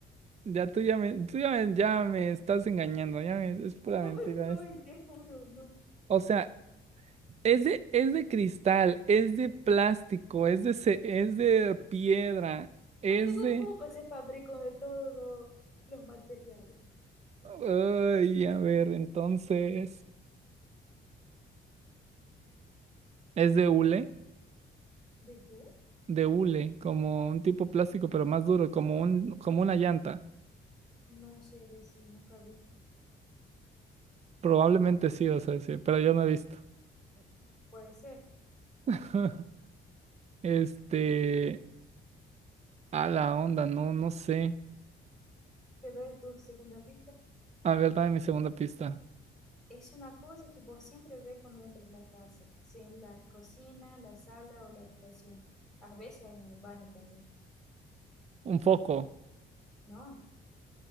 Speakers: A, on the right; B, in the centre.
A: Ya tú ya me, tú ya me, ya me estás engañando. Ya me- es
B: <laughs>
A: pura
B: No
A: mentira.
B: estoy,
A: es-
B: te juro, no.
A: o sea, es de, es de cristal, es de plástico, es de, ce- es de piedra, es
B: Pero tengo
A: de...
B: copas, se fabrican de todos los materiales.
A: Ay, a ver, entonces... ¿Es de hule?
B: ¿De qué?
A: De hule, como un tipo plástico, pero más duro, como un, como una llanta.
B: No sé decir, nunca vi.
A: Probablemente sí, o sea, sí, pero yo no he visto.
B: Puede ser.
A: <laughs> Este, a la onda, no, no sé.
B: Te doy tu segunda pista.
A: A ver, dame mi segunda pista.
B: Es una cosa que vos siempre ves cuando entras en la casa, sea en la cocina, la sala o la habitación. A veces en el baño también.
A: Un foco.
B: No,